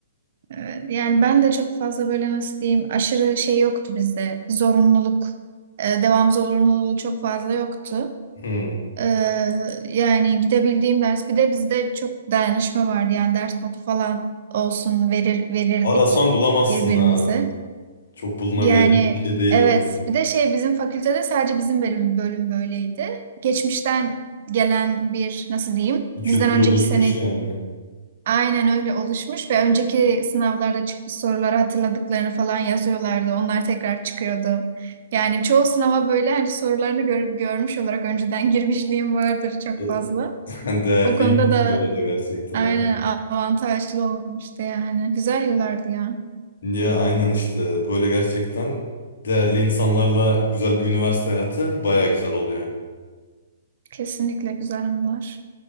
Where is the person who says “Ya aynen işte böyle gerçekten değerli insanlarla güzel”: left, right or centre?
Left